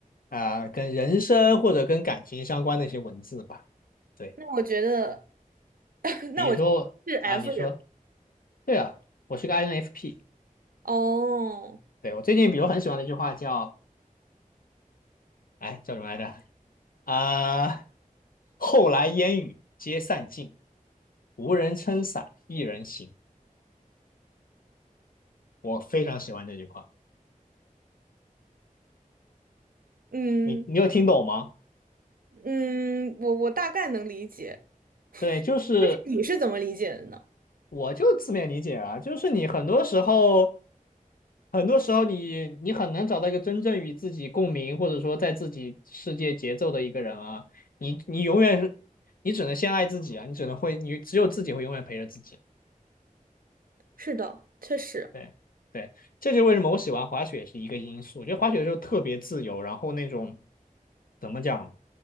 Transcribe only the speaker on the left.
啊、呃跟人生或者跟感情相关的一些文字吧。对，
比如说啊，
你说
对啊，我是个 INFP。
对，我最近比如很喜欢的一句话叫哎叫什么来着？啊、<laughs> 后来烟雨皆散尽，无人撑伞，一人行。我非常喜欢这句话。
你你有听懂吗？
对，就是
我就字面理解啊，就是你很多时候，很多时候你你很难找到一个真正与自己共鸣，或者说在自己世界节奏的一个人啊，你你永远是，你只能先爱自己啊，你只能会，你只有自己会永远陪着自己。
对对，这就是为什么我喜欢滑雪也是一个因素。我觉得滑雪的时候特别自由，然后那种怎么讲呢，